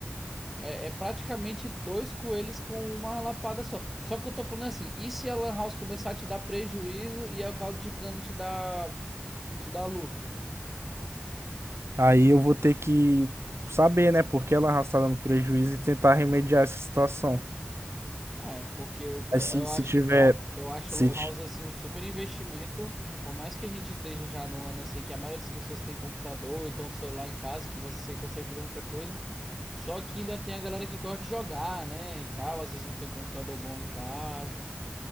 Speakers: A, in the centre; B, on the right.
A: É, é praticamente dois coelhos com uma lapada só. Só que eu tô falando assim, e se a lan house começar a te dar prejuízo e aí o caldo de cana te dá, te dá lucro?
B: Aí eu vou ter que saber, né, porque ela está dando prejuízo e tentar remediar essa situação.
A: É, porque eu, eu
B: Aí se, se
A: acho,
B: tiver
A: eu acho
B: se
A: Lan
B: ti-
A: House assim um super investimento. Por mais que a gente esteja já no ano assim que a maioria das pessoas tem computador, então celular em casa, que você consegue fazer muita coisa. Só que ainda tem a galera que gosta de jogar, né, e tal, às vezes não tem um computador bom em casa.